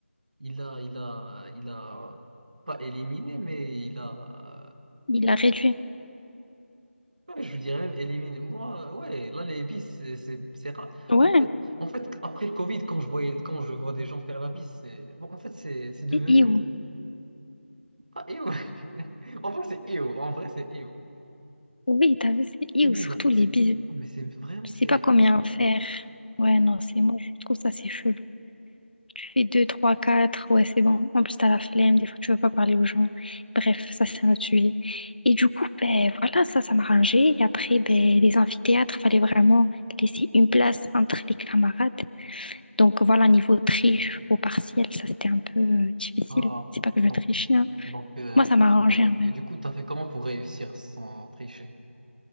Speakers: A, on the right; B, on the left.
A: il a, il a, il a pas éliminé, mais il a
B: Il l'a réduit.
A: Ouais, je dirais même éliminer. Moi, ouais, là, les bis, c'est c'est- c'est rare.
B: Ouais,
A: En fait, en fait, après le Covid, quand je voyais, quand je vois des gens faire la bise, c'est, bon, en fait, c'est c'est devenu.
B: c'est iou.
A: Ah, éo. <laughs> En vrai, c'est éo. En vrai, c'est éo.
B: Oui, t'as vu, c'est iou.
A: C'est bizarre.
B: Surtout
A: C'est...
B: les bis.
A: non, Mais c'est vraiment,
B: Je sais
A: c'est.
B: pas combien en faire. Ouais, non, c'est moi, je trouve ça, c'est chelou. Tu fais 2 3 4 ouais, c'est bon. En plus, t'as la flemme, des fois, tu veux pas parler aux gens. Bref, ça, c'est un autre sujet. Et du coup, ben voilà, ça, ça m'arrangeait. Et après, ben, les amphithéâtres, fallait vraiment laisser une place entre les camarades. Donc voilà, niveau triche au partiel, ça, c'était un peu euh, difficile.
A: Ah,
B: C'est pas que
A: donc,
B: je trichais, hein.
A: donc, euh,
B: Moi, ça
A: t'as
B: m'arrangeait,
A: fait- donc,
B: en vrai.
A: du coup, t'as fait comment pour réussir sans tricher?